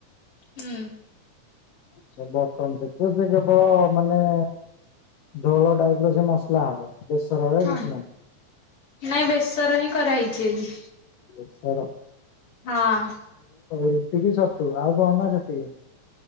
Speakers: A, on the left; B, on the left.
A: ହୁଁ।
B: ସେ ବଟନ ଛତୁ ସେ କେବଳ ମାନେ ଝୋଳ ଟାଇପ ର ସେ ମସଲା ହବ। ବେସରରେ
A: ହଁ,
B: କିଛି ନାହିଁ
A: ନାଇଁ ବେସର ହିଁ କରାହେଇଛି ଆଜି।
B: ବେସର?
A: ହଁ।
B: ରୁଟିି କି ଛତୁ ଆଉ କଣ ନା ସେତିକି?